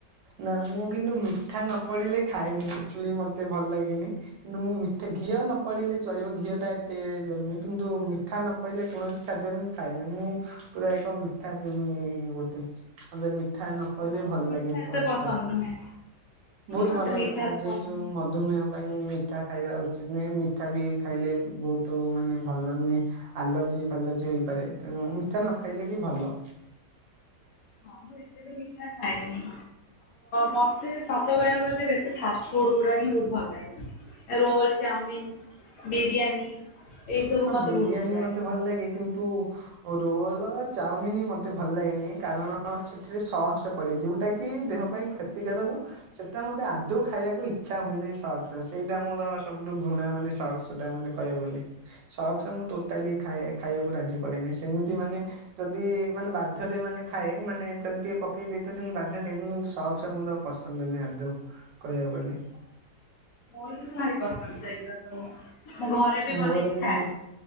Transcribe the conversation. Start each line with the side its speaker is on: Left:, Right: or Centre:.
Right: ନା ମୁଁ କିନ୍ତୁ ମିଠା ନ ପଡିଲେ ଖାଏନି ଖେଚୁଡ଼ି ମତେ ଭଲ ଲାଗେନି। କିନ୍ତୁ ମୁଁ ମିଠେଇ ଘିଅ ନ ପଡିଲେ ଚଳିବ ଘିଅ ଟା ଏତେ ଜରୁରୀ କିନ୍ତୁ ମିଠା ନ କହିଲେ କୌଣସି ଖାଦ୍ୟରେ ମୁଁ ଖାଇନି ମୁଁ ପୁରା ଏକ ମିଠା ପ୍ରେମୀ ଗୋଟେ ମୋ ମି ମିଠାନ ପଇଲେ
Left: ମତେ
Right: ଭଲ
Left: ମିଠା
Right: ଲାଗେନି
Left: ଏତେ
Right: କୌଣସି
Left: ପସନ୍ଦ
Right: ଖା
Left: ନୁହେଁ
Right: ବହୁତ
Left: ମତେ
Right: ଭଲ
Left: ମିଠା
Right: କଥା
Left: ଏତେ
Right: ଯେହେତୁ
Left: ପସନ୍ଦ ନୁହେଁ।
Right: ମୁଁ? ମଧୁମେହ ପାଇଁ ମିଠା ଖାଇବା ଉଚିତ ନୁହେଁ ମିଠା ବି ଖାଇଲେ ବହୁତ ମାନେ ଭଲ ନୁହେଁ? ଆଲର୍ଜି ଫାଲଜି ହେଇପାରେ ତେଣୁ ମିଠା ନ ଖାଇଲେ ବି ଭଲ।
Left: ହଁ ମୁଁ ଏତେ ମିଠା ଖାଏନି ମତେ ସତ କହିବାକୁ ଗଲେ ବେଶୀ ଫାଷ୍ଟ ଫୁଡ ଗୁଡା ହିଁ ବହୁତ ଭଲ ଲାଗେ। ରୋଲ୍ ଚାଉମିିନ୍ ବିରିୟାନୀ ଏଇ ସବୁ
Right: ହଁ
Left: ମତେ
Right: ବିରିୟାନୀ
Left: ବହୁତ ଭଲ ଲାଗେ।
Right: ମତେ ଭଲଲାଗେ କିନ୍ତୁ ରୋଲ ଚାଉମିନ ମତେ ଭଲ ଲାଗେନି କାରଣ ସେଥିରେ ସକ୍ସ ପ ପଡ଼େ ଯୋଉଟା କି ଦେହ ପାଇଁ କ୍ଷତିକାରକ। ସେଟା ମତେ ଆଦୌ ଖାଇବାକୁ ଇଚ୍ଛା ହୁଏନେଇ ସକ୍ସ ସେଇଟା ମୋର ସବୁଠୁ ଘୃଣା ମାନେ ସକ୍ସ ଟା ମାନେ କହିଆକୁ ଗଲେ ସକ୍ସକମୁଁ ଟୋଟାଲି ଖା ଖାଇବାକୁ ରାଜି ପଡେନି ସେମିତି ମାନେ ଯଦି ମାନେ ବାଧ୍ୟରେ ମାନେ ଖାଏ ମାନେ ଯଦି ଟିକେ ପକେଇ ଦେଇଥିବ ସେମିତି ବାଧ୍ୟ ଖାଏ ସକ୍ସ ମୋ ପସନ୍ଦ ନୁହେଁ ଆଦୌ କହିବାକୁ ଗଲେ।
Left: ମୋର କିନ୍ତୁ ଭାରି ପସନ୍ଦ ସେଇଗୁଡା ସବୁ। ମୁଁ ଘରେ ବି ବନେଇକି
Right: ମୋର କିନ୍ତୁ
Left: ଖାଏ।